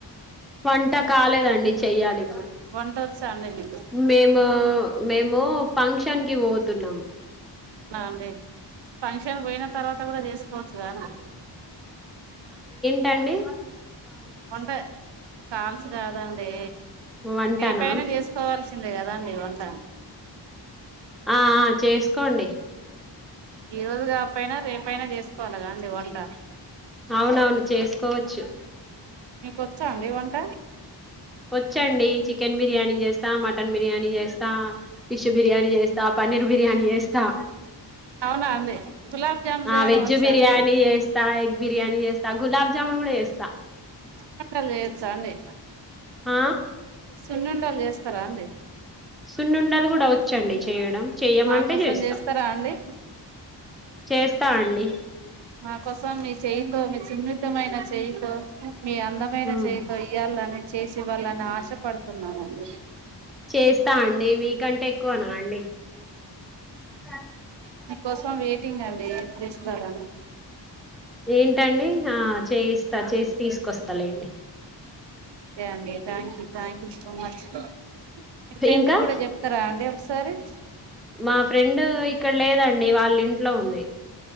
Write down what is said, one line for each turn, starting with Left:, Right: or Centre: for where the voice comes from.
Centre: వంట కాలేదండి, చెయ్యాలి.
Right: వంట వచ్చా అండి మీకు
Centre: మేము, మేము ఫంక్షన్ కి పోతున్నం.
Right: నాండి ఫంక్షన్ పోయిన తర్వాత కూడ, చేసుకోవచ్చు కద అండీ.
Centre: దండి?
Right: వంటే కాల్స్ రాదండీ.
Centre: వంటనా
Right: రేపైన చేసుకోవాల్సింద్ కే కదండీ వంట.
Centre: ఆ ఆ చేసుకోండి.
Right: ఈ రోజు గాపోయినా, రేపయినా చేసుకోవాల కదండి వంట
Centre: అవునవును, చేసుకోవచ్చు.
Right: మీక వచ్చా అండీ వంట?
Centre: వచ్చండి, చికెన్ బిర్యానీ జేస్తా, మటన్ బిర్యానీ జేస్తా, ఫిష్ బిర్యానీ జేస్తా, పన్నీర్ బిర్యానీ జేస్తా.
Right: అవునా అండి గులాబ్ జామున్
Centre: ఆ
Right: చేయడం
Centre: వెజ్
Right: వచ్చా
Centre: బిర్యానీ
Right: అండి
Centre: జేస్తా, ఎగ్ బిర్యానీ జేస్తా, గులాబ్ జామ్ను కూడ చేస్తా.
Right: వంటలు చేయచ్చ అండి?
Centre: ఆ?
Right: సున్నుండలు చేస్తారా అండి?
Centre: సున్నుండలు కూడా వచ్చండి చేయడం, చెయమంటే
Right: మా కోసం
Centre: చేస్తా.
Right: చేస్తారా అండి
Centre: చేస్ తా అండి.
Right: మా కోసం మీ చేయితో, మీ సున్నితమైన చే తేగా. మీ అందమైన
Centre: హ్మ్.
Right: చేయితో ఇయ్యాలని చేసి ఇవ్వాలని ఆశపడుతున్నాడండీ.
Centre: చేస్తాఅండి, మీకంటే ఎక్కువనండి. ఆ
Right: మీకోసం వెయిటింగ్ అండీ, ఎప్పుడు వస్తారా అని?
Centre: ఏంటండి, ఆ చేయిస్తా, చేసి తీసుకొస్తాలేండి.
Right: ఓకే అండీ, thank you. Thank you so much, మీ ఫ్రెండ్స్
Centre: ఇంకా
Right: గూడా చెప్తారా అండి. ఒక్కసా సరే.
Centre: మా ఫ్రెండు ఇక్ ఇక్కడ లేదండీ, వాళ్ల ఇంట్లో ఉంది.